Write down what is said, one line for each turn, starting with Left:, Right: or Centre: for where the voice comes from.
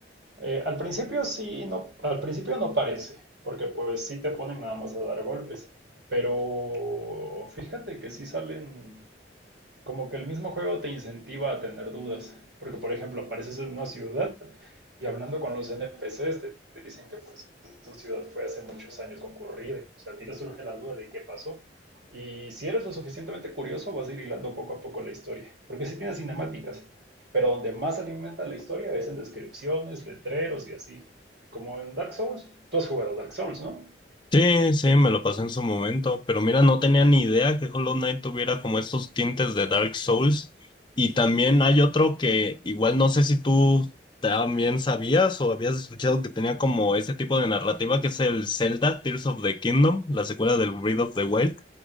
Right: Eh, al principio sí, no, al principio no parece, porque pues sí te ponen nada más a dar golpes, pero fíjate que sí salen, como que el mismo juego te incentiva a tener dudas, porque por ejemplo apareces en una ciudad y hablando con los NPCs, te te dicen que pues esa ciudad fue hace muchos años concurrida. o sea a ti te surge la duda de qué pasó. Y si eres lo suficientemente curioso, vas a ir hilando poco a poco la historia. Porque sí tiene cinemáticas, pero donde más alimenta la historia es en descripciones, letreros y así. Como en Dark Souls. Tú has jugado Dark Souls, ¿no?
Left: Sí, sí, me lo pasé en su momento, pero mira, no tenía ni idea que Hollow Knight tuviera como estos tintes de Dark Souls. Y también hay otro que igual no sé si tú también sabías o habías escuchado que tenía como ese tipo de narrativa que es el Zelda Tears of the Kingdom, la secuela del Breath of the Wild.